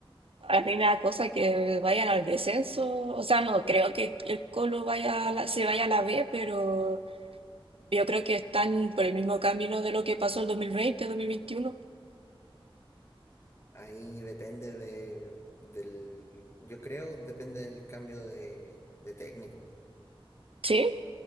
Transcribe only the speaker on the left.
Ahí depende de, del, yo creo, depende del cambio de, de técnico.